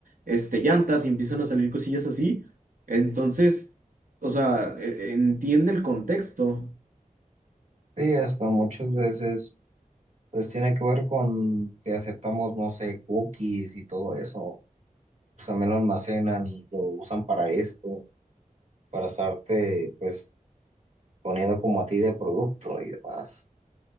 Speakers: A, on the right (about 75°); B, on the right (about 55°).
A: este, llantas, y empiezan a salir cosillas así. Entonces, o sea, e- e, entiende el contexto.
B: Sí, hasta muchas veces pues tiene que ver con que aceptamos, no sé, cookies y todo eso. Pues también lo almacenan y lo usan para esto, para estarte pues poniendo como a ti de producto y demás.